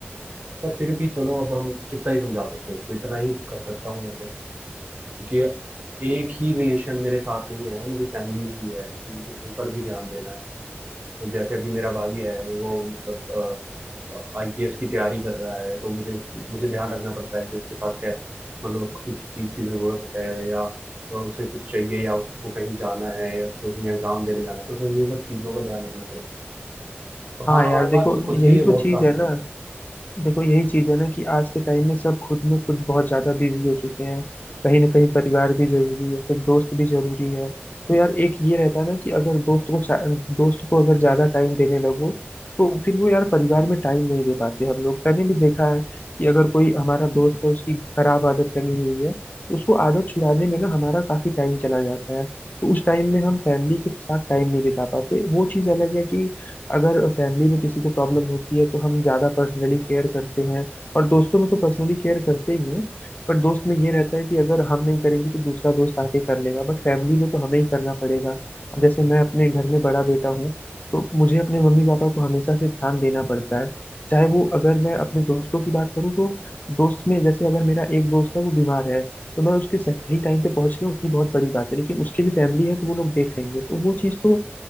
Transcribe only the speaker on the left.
हाँ
यार देखो
यही
तो
चीज
है
ना देखो यही चीज है ना कि आज के टाइम में सब खुद में खुद बहुत ज्यादा बिजी हो चुके हैं कहीं ना कहीं परिवार भी जरूरी है फिर दोस्त भी जरूरी है तो यार एक ये रहता है ना कि अगर दोस्त को चा- दोस्त को अगर ज्यादा टाइम देने लगो तो फिर वो यार परिवार में टाइम नहीं दे पाते हम लोग मैंने भी देखा है कि अगर कोई हमारा दोस्त है उसकी खराब आदत लगी हुई है तो उसको आदत छुड़ाने में ना हमारा काफी टाइम चला जाता है तो उस टाइम में हम फैमिली के साथ टाइम नहीं बिता पाते वो चीज अलग है कि अगर फैमिली में किसी को प्रॉब्लम होती है तो हम ज्यादा पर्सनली केयर करते हैं और दोस्तों में तो पर्सनली केयर करते ही हैं बट दोस्त में ये रहता है कि अगर हम नहीं करेंगे तो दूसरा दोस्त आके कर लेगा बट फैमिली में तो हमें ही करना पड़ेगा अब जैसे मैं अपने घर में बड़ा बेटा हूँ तो मुझे अपने मम्मी पापा को हमेशा से ध्यान देना पड़ता है चाहे वो अगर मैं अपने दोस्तों की बात करूँ तो दोस्त में जैसे अगर मेरा एक दोस्त है वो बीमार है तो मैं उसके सही टाइम पे पहुंच गया उतनी बहुत बड़ी बात है लेकिन उसके भी फैमिली है तो वो लोग देख लेंगे तो वो चीज़ तो